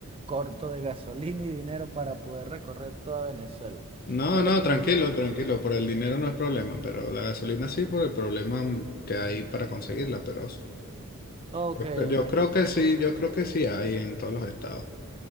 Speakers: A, on the right; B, on the left.
A: corto de gasolina y dinero para poder recorrer toda Venezuela.
B: No,
A: Pero,
B: no,
A: bueno,
B: tranquilo, tranquilo, por el dinero no es problema, pero la gasolina sí por el problema que hay para conseguirla, pero
A: ok,
B: yo yo
A: ok.
B: creo que sí, yo creo que sí hay en todos los estados.